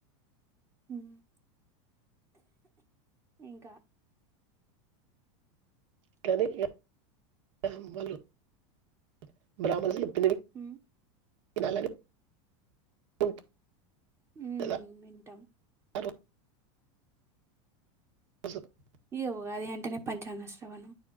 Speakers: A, on the right (about 15°); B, on the right (about 70°).
A: ఊమ్మ్ ఇంకా. !
B: <unintelligible>
A: ఊ.
B: <unintelligible> ఉంటది
A: ఊహ్మ్ వింటాం.
B: <unintelligible> <unintelligible>
A: ఈగా ఉగాది అంటేనే పంచాంగ శ్రవణం.